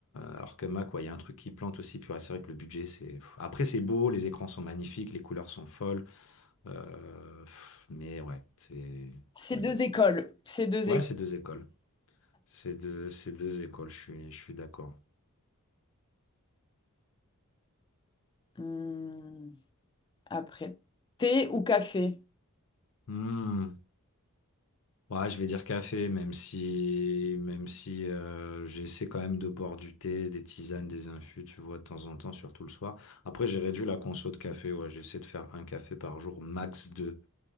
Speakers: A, on the left; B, on the left.
A: alors que Mac, ouais, il y a un truc qui plante aussi. Puis ouais, c'est vrai que le budget, c'est. pff. Après, c'est beau, les écrans sont magnifiques, les couleurs sont folles. Euh, pff, mais ouais, c'est.
B: ces
A: je-
B: deux écoles, ces deux
A: Ouais,
B: écoles.
A: c'est deux écoles. C'est deux, c'est deux écoles, je suis, je suis d'accord.
B: Hum, après, thé ou café?
A: Hmm. Ouais, je vais dire café, même si, même si euh, j'essaie quand même de boire du thé, des tisanes, des infus, tu vois, de temps en temps, surtout le soir. Après, j'ai réduit la conso de café. Ouais, j'essaie de faire un café par jour, max deux.